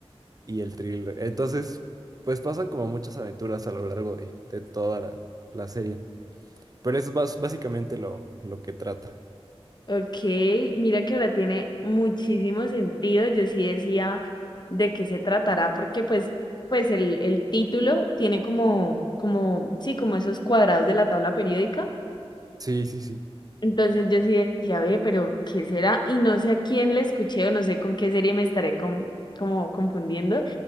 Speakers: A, on the right (about 35°); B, on the left (about 45°).
A: y el thriller. Entonces, pues pasan como muchas aventuras a lo largo de, de toda la, la serie. Pero eso es bas- básicamente lo, lo que trata.
B: Ok, mira que ahora tiene muchísimo sentido. Yo sí decía de qué se tratará, porque pues, pues el, el título tiene como, como, sí, como esos cuadrados de la tabla periódica.
A: Sí, sí, sí.
B: Entonces yo sí decía, ve, pero ¿qué será? Y no sé a quién le escuché o no sé con qué serie me estaré con- como confundiendo,